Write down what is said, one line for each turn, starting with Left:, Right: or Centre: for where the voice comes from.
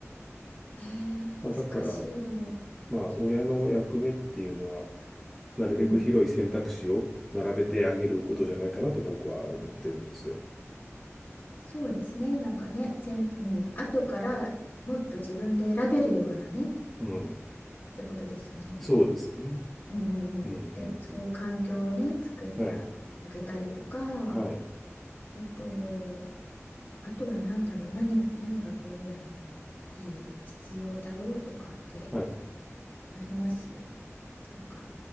Left: えー、
Centre: まあ、だから、
Left: 難しい。でも、
Centre: まあ、
Left: そ
Centre: 親の役目っていうのは、なるべく広い選択肢を並べてあげることじゃないかなと僕は思ってるんですよ。
Left: うん、うんそうですね。なんかね、せん、うん、後からもっと自分で選べるようなね、っ
Centre: うん。
Left: てことですよね。
Centre: そうですね。
Left: うんうんうん。
Centre: うん、うん、
Left: え、そういう環境をね、
Centre: うん。
Left: 作ってあげたりとか、
Centre: はい。はい。
Left: あと、あとは何だろう、何、何がこういうのいい、必要だよとかって
Centre: はい。
Left: ありますなんか、